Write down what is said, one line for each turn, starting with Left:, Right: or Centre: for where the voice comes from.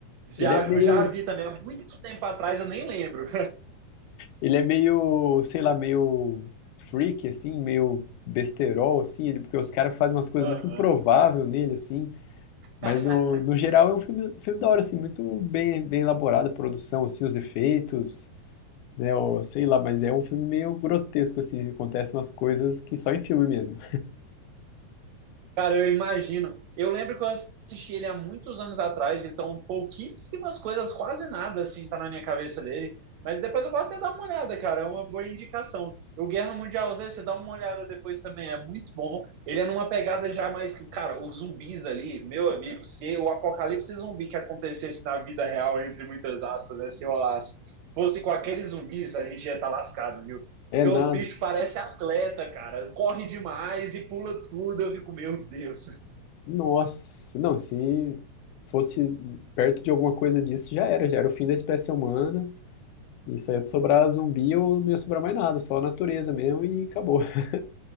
Right: já,
Left: Ele é meio,
Right: já vi também, há muito tempo atrás, eu nem lembro.
Left: ele é meio, sei lá, meio freak, assim, meio besterol, assim, ele, porque os caras fazem umas coisas
Right: <laughs>
Left: muito improváveis nele, assim. Mas
Right: Aham.
Left: no, no geral é um filme, filme da hora, assim, muito bem, bem elaborado a produção, assim, os efeitos, né? ou sei lá, mas é um filme meio grotesco, assim, acontecem umas coisas que só em filme mesmo.
Right: Cara, eu imagino. Eu lembro que eu assisti ele há muitos anos atrás, então pouquíssimas coisas, quase nada, assim, tá na minha cabeça dele. Mas depois eu vou até dar uma olhada, cara, é uma boa indicação. O Guerra Mundial Z, você dá uma olhada depois também, é muito bom. Ele é numa pegada já mais que, cara, os zumbis ali, meu amigo, se o apocalipse zumbi que acontecesse na vida real, entre muitas aspas, né, se rolasse, fosse com aqueles zumbis, a gente ia estar lascado, viu?
Left: É
Right: Porque
Left: nada.
Right: os bichos parecem atleta, cara. Corre demais e pula tudo. Eu fico, meu Deus.
Left: Nossa, não, se fosse perto de alguma coisa disso, já era, já era o fim da espécie humana. Isso aí ia sobrar zumbi ou não ia sobrar mais nada, só a natureza mesmo e acabou. <laughs>